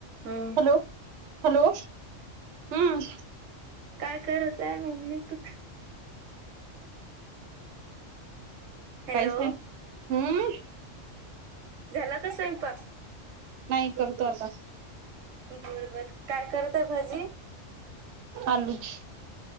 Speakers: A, on the right; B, on the right.
A: हम्म
B: hello hello! हम्म
A: काय करत आहे मम्मी तू हॅलो
B: काहीच नाही हम्म.
A: झाला का स्वयंपाक?
B: नाही करतो आता.
A: बरं बरं काय करता भाजी.
B: आलूच